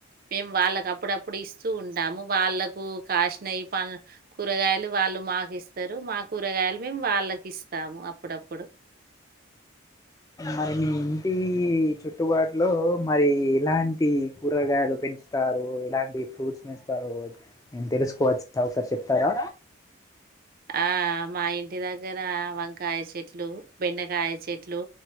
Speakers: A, on the right (about 45°); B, on the left (about 15°).
A: మేము వాళ్ళకి అప్పుడప్పుడు ఇస్తూ ఉంటాము వాళ్ళలకు కాసినై కూరగాయలు వాళ్ళ వాళ్లు మాకు ఇస్తారు మా కూరగాయలు మేము వాళ్ళకి ఇస్తాము అప్పుడప్పుడు
B: మరి మీ ఇంటి చుట్టుబాటులో మరి ఎలాంటి కూరగాయలు పెంచుతారు ఎలాంటి ఫ్రూట్స్ వేస్తారో తెలుసుకోవచ్చ ఒకసారి చెప్తారా
A: ఆ మా ఇంటి దగ్గర వంకాయ చెట్లు బెండకాయ చెట్లు